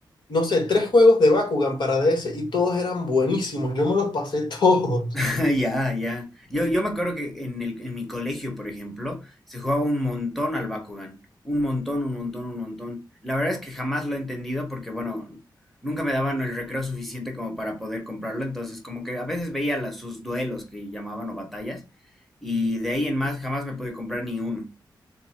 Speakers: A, on the left (about 70°); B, in the centre.
A: no sé, tres juegos de Bakugan para DS y todos eran buenísimos, yo me los pasé <laughs> todos.
B: <laughs> Ya, ya. Yo, yo me acuerdo que en el, en mi colegio, por ejemplo, se jugaba un montón al Bakugan. Un montón, un montón, un montón. La verdad es que jamás lo he entendido porque, bueno, nunca me daban el recreo suficiente como para poder comprarlo. Entonces, como que a veces veía las, sus duelos que llamaban o batallas. Y de ahí en más jamás me pude comprar ni uno.